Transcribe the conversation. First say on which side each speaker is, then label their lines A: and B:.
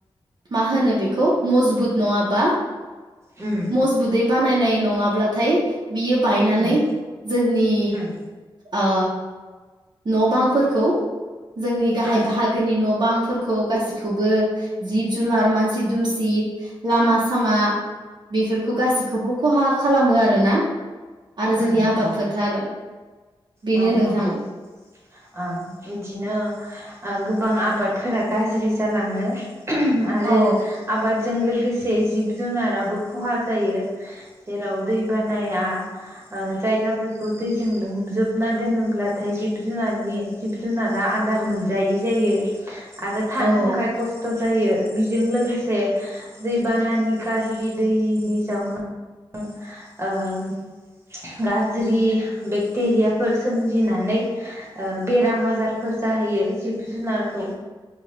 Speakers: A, on the right; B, on the right.
A: मा होनो बेखौ मजबुत नङाबा
B: उम
A: मजबुतै बानायनाय नङाब्लाथाय बियो बायनानै
B: उम
A: जोंनि
B: उम
A: ओ न' बांफोरखौ जोंनि गाहाय
B: ओ
A: बाहागोनि न' बांफोरखौ गासिखौबो जिब जुनार मानसि दुमसि लामा सामा बेफोरखौ गासिखौबो खहा खालामो आरोना आरो जोंनि
B: उम
A: आबाद
B: औ
A: फोथार बेनो
B: औ
A: नोंथां
B: नंगौ ओ बिदिनो ओ गोबां आबादफोरा गाज्रि जालाङो आरो
A: औ
B: आबाद जों लोगोसे जिब जुनाराबो खहा जायो जेराव दै बानाया ओ जायगाफोरखौ दैजों लोमजोबना दोनोब्लाथाय जिब जुनारनि जिब जुनारा आदार मोनजायै जायो आरो थानो
A: औ
B: थाखाय खस्थ' जायो बेजों लोगोसे दैबानानि गाज्रि दैनि गोजावना ओम ओ गाज्रि बेक्टेरियाफोर सोमजिनानै ओ बेराम आजारफोर जाहोयो जिब जुनारखौ